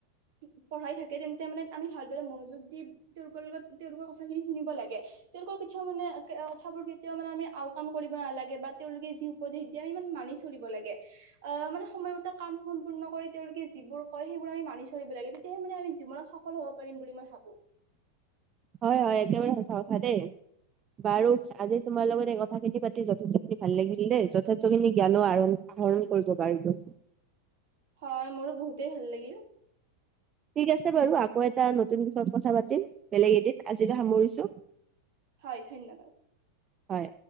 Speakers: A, on the right; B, on the right.
A: <unintelligible> পঢ়াই থাকে তেন্তে মানে আমি ভালদৰে মনোযোগ দি তেওঁলোকৰ লগত তেওঁলোকৰ কথাখিনি শুনিব লাগে। তেওঁলোকৰ কেতিয়াওঁ মানে কথাবোৰ কেতিয়াওঁ মানে আউকান কৰিব নালাগে বা তেওঁলোকে যি উপদেশ দিয়ে আমি ইমান মানি মানি চলিব লাগে। মানে সময়মতে কাম সম্পূৰ্ণ কৰি তেওঁলোকে যিবোৰ কয় সেইবোৰ আমি মানি চলিব লাগে। তেতিয়াহে আমি জীৱনত সফল হ'ব পাৰিম মই ভাবোঁ।
B: হয়-হয় একেবাৰে সঁচা কথা দেই। বাৰু আজি তোমাৰ লগত এই কথাখিনি পাতি যথেষ্ট খিনি ভাল লাগিল দেই, যথেষ্ট খিনি জ্ঞানো আহৰণ আহৰণ কৰিব পাৰিলোঁ।
A: হয় মোৰো বহুতেই ভাল লাগিল।
B: ঠিক আছে বাৰু আকৌ এটা নতুন বিষয়ত কথা পাতিম, বেলেগ এদিন আজিলৈ সামৰিছোঁ।
A: হয় ধন্যবাদ।
B: হয়।